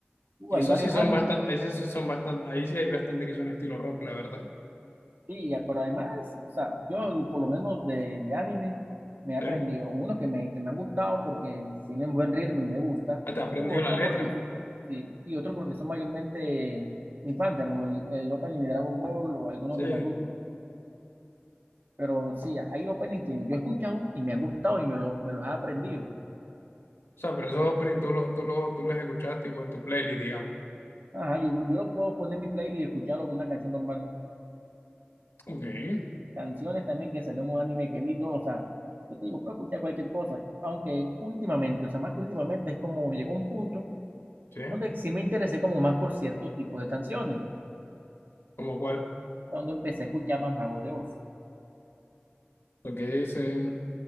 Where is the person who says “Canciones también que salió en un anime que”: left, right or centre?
Right